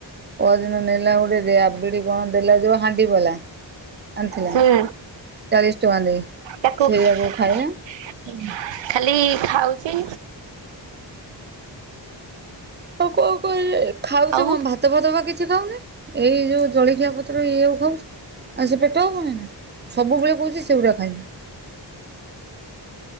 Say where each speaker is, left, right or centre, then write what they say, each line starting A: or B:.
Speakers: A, on the right; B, on the right.
A: ପଦିନ ନେଲା ଗୋଟେ ରାବିଡି କଣ ଦେଲା ଯୋଉ ହାଣ୍ଡି ବଲା ଆଣିଥିଲା
B: ହୁଁ
A: ଚାଳିଶ ଟଙ୍କା ଦେଇ
B: ତାକୁ
A: ସେଇଆକୁ
B: ଖାଲି
A: ଖାଇଲା।
B: ଖାଉଚି
A: ଆଉ କନ କରି ଖାଉଚି
B: ଆଉ
A: କଣ ଭାତ ଭାତ ଫାତ ବା କିଛି ଖାଉନି ଏଇ ଯୋଉ ଜଳଖିଆ ପତ୍ର ଏଇଆ କୁ ଖାଉଚି। ଆଉ ସେ ପେଟ ହବନିନା ସବୁବେଳେ କହୁଚି ସେଗୁଡ଼ା ଖାଇବି।